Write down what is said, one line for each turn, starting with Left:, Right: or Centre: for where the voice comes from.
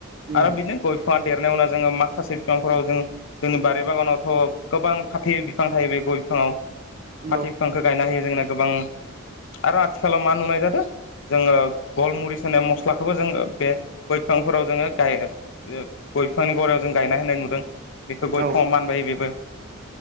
Right: उम
Left: आरो बिदिनो गय बिफाङा देरनाय उवाव जोङो माखासे बिफांफोराव जों जोंनो बारि बागानावथ' गोबां फाथै बिफां थायो बे गय बिफाङाव
Right: नंगौ
Left: फाथै बिफां खो गायना होयो जोंना गोबां आरो आथिखालाव मा नुनाय जादो जोंङो गलमुरिस होनाय मस्लाखौबो जों बे गय बिफांफोराव जोंङो <unintelligible> गय बिफांनि गरायाव जों गायना होनाय नुदों। बेखो गय
Right: औ
Left: फाङाव मानबायो बेबो।